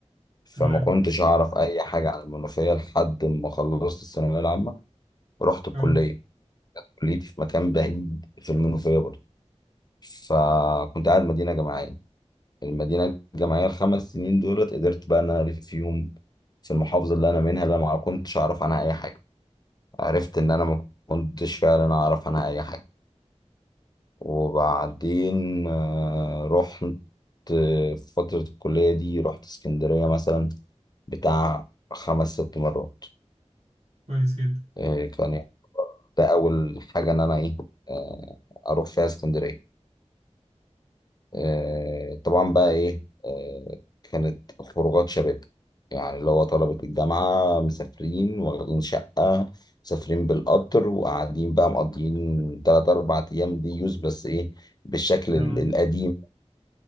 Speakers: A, on the left; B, on the right.
A: فما
B: تمام
A: كنتش اعرف اي حاجه عن المنوفيه لحد ما خلصت الثانويه العامه ورحت الكليه
B: اه
A: كليتي في مكان بعيد في المنوفيه برضه فكنت قاعد مدينه جامعيه المدينه الجامعيه الخمس سنين دولت قدرت بقى ان انا الف فيهم في المحافظه اللي انا منها اللي أنا ما كنتش اعرف عنها اي حاجه عرفت ان انا ما كنتش فعلا اعرف عنها اي حاجه وبعدين آه، رحت آه، في فتره الكليه دي رحت اسكندريه مثلا بتاع خمس ست مرات
B: كويس جدا
A: آه، كان يعني ده اول حاجه ان انا ايه آه، اروح فيها اسكندريه آه، طبعا بقى ايه آه، كانت خروجات شباب يعني اللي هو طلبة الجامعة مسافرين واخدين شقة مسافرين بالقطر وقاعدين بقى مقضيين تلات أربع أيام دي يوز بس إيه بالشكل
B: اه
A: ال- القديم